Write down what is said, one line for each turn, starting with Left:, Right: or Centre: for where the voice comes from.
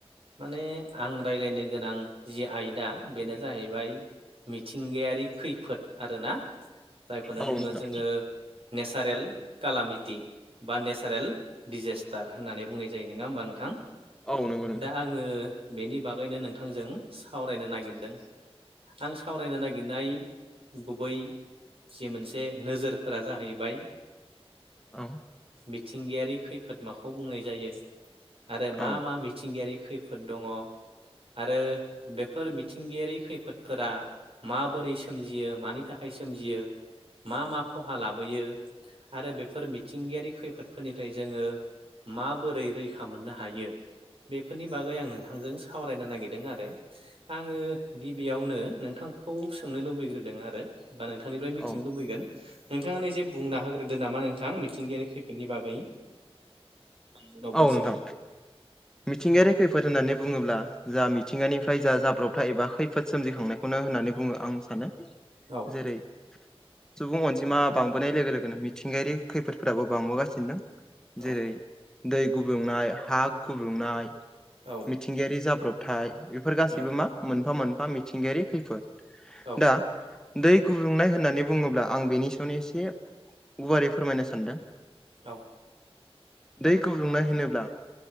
Right: माने आं रायज्लायनो गोनां जि आयदा बेनो जाहैबाय मिथिंगायारि खैफोद आरोना जायखौनो
Centre: औ
Right: बुङो
Centre: नोंथां
Right: जोङो नेसारेल कालामिटि बा नेचारेल दिडजेस्टार होननानै बुंनाय जायो नङा होमबा नोंथां
Centre: औ नंगौ नोंथां
Right: दा आं आङो बेनि बागैनो नोंथांजों सावरायनो नागिरदों आं सावरायनो नागिरनाय गुबै जि मोनसे नोजोरफोरा जाहैबाय
Centre: औ
Right: मिथिंगायारि खैफोद माखौ बुंनाय जायो आरो मा
Centre: औ
Right: मा मिथिंगायारि खैफोद दङ आरो बेफोर मिथिंगायारि खैफोदफोरा माबोरै सोमजियो मानि थाखाय सोमजियो मा मा खहा लाबोयो आरो बेफोर मिथिंगायारि खैफोदफोरनिफ्राय जोङो माबोरै रैखा मोननो हायो? बेफोरनि बागै आं नोंथांजों सावरायनो नागिरदों आरो आङो गिबियावनो नोंथांखौ सोंनो लुबैग्रोदों आरो बा नोंथांनिफ्राय मिथिनो
Centre: औ
Right: लुबैगोन नोंथाङानो ए जसे बुंना होग्रोदो नामा नोंथां मिथिंगायारि फोरनि बागै आं उनाव बुंसिगोन
Centre: औ नोंथां मिथिंगायारि खैफोद होननानै बुङोब्ला जा मिथिंगानिफ्राय जा जाब्रबथा एबा खैफोद सोमजिखांनाय खौनो होननानै बुङो आं सानो
Right: औ
Centre: जेरै सुबुं अनजिमा बांबोनाय लोगो लोगोनो मिथिंगायारि खैफोदफोराबो बांबोगासिनो दं
Right: औ
Centre: जेरै दै गुबुंनाय हा गुबुंनाय
Right: औ
Centre: मिथिंगायारि जाब्रबथाय बेफोर गासैबो
Right: औ
Centre: मा मोनफा मोनफा मिथिंगायारि खैफोद
Right: औ
Centre: दा दै गुबुंनाय होननानै बुङोब्ला आं बेनि सायावनो एसे गुवारै फोरमायनो सानदों
Right: औ
Centre: दै गुदुंनाय होनोब्ला